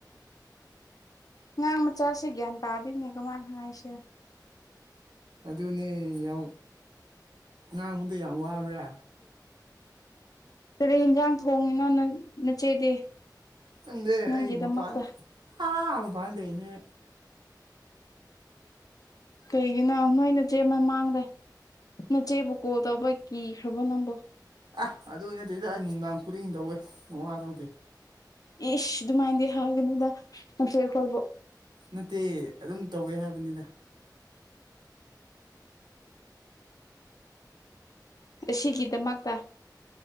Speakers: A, on the left (about 55°); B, on the right (about 75°).
A: ꯑꯉꯥꯡ ꯃꯆꯥꯁꯦ ꯒ꯭ꯌꯥꯟ ꯇꯥꯗꯦꯅꯦ ꯀꯃꯥꯥꯢ ꯍꯥꯏꯁꯤꯔ
B: ꯑꯗꯨꯅꯦ ꯌꯥꯝ ꯉꯥꯡꯕꯗꯣ ꯌꯥꯝ ꯋꯥꯕ꯭ꯔꯥ
A: ꯎꯝ ꯀꯔꯤ ꯌꯦꯟꯁꯥꯡ ꯊꯣꯡꯉꯤꯅꯣ ꯅ ꯅꯆꯦꯗꯤ
B: ꯈꯪꯗꯦ
A: ꯅꯪꯒꯤꯗꯃꯛꯇ
B: ꯑꯩ ꯃꯄꯥꯟ ꯑꯥ ꯃꯄꯥꯟ ꯂꯩꯅꯦ
A: ꯀꯩꯒꯤꯅꯣ ꯅꯣꯏ ꯅꯆꯦ ꯃꯃꯥꯡꯗ ꯅꯆꯦꯕꯨ ꯀꯣꯜ ꯇꯧꯕ ꯀꯤꯈ꯭ꯔꯕꯣ ꯅꯪꯕꯨ
B: ꯑꯥ ꯑꯗꯨ ꯅꯠꯇꯦꯗ ꯑꯩ ꯅꯨꯡꯗꯥꯡ ꯈꯨꯗꯤꯡ ꯇꯧꯋꯦ ꯃꯋꯥꯂꯧꯗꯦ
A: ꯏꯁ ꯑꯗꯨꯃꯥꯏꯅꯗꯤ ꯍꯥꯏꯒꯅꯣꯗ ꯅꯆꯦ ꯈꯣꯏꯕꯨ
B: ꯅꯠꯇꯦ ꯑꯗꯨꯝ ꯇꯧꯋꯦ ꯍꯥꯏꯕꯅꯤꯗ
A: ꯑꯁꯤꯒꯤꯗꯃꯛꯇ